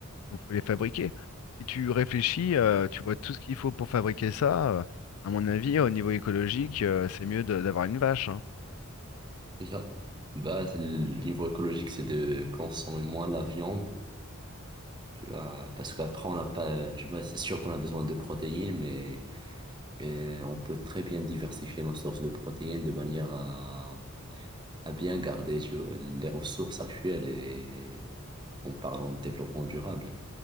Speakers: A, on the left; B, on the right.
A: Donc faut les fabriquer. Si tu réfléchis, euh, tu vois tout ce qu'il faut pour fabriquer ça. euh, à mon avis, au niveau écologique, euh, c'est mieux de- d'avoir une vache. hein.
B: <laughs> C'est ça. Bah, c'est le niveau écologique, c'est de consommer moins la viande, tu vois, parce qu'après, on n'a pas, tu vois, c'est sûr qu'on a besoin de protéines, mais, mais on peut très bien diversifier nos sources de protéines de manière à à bien garder tu vois, les ressources actuelles et en parlant de développement durable.